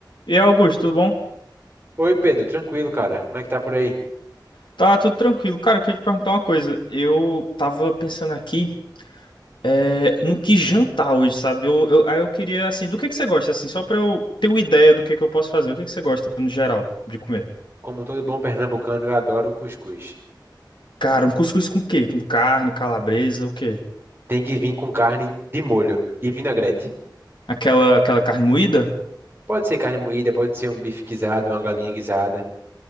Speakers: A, on the left; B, on the right.
A: E aí, Augusto, tudo bom?
B: Oi, Pedro, tranquilo, cara. Como é que tá por aí?
A: Tá tudo tranquilo. Cara, eu queria te perguntar uma coisa. Eu tava pensando aqui, é, no que jantar hoje, sabe? Eu, eu, aí eu queria, assim, do que que você gosta, assim, só pra eu ter uma ideia do que que eu posso fazer. O que que você gosta, no geral, de comer?
B: Como todo bom pernambucano, eu adoro um cuscuz.
A: Cara, um cuscuz com quê? Com carne, calabresa, o quê?
B: Tem que vir com carne de molho e vinagrete.
A: Aquela, aquela carne moída?
B: Pode ser carne moída, pode ser um bife guisado, uma galinha guisada,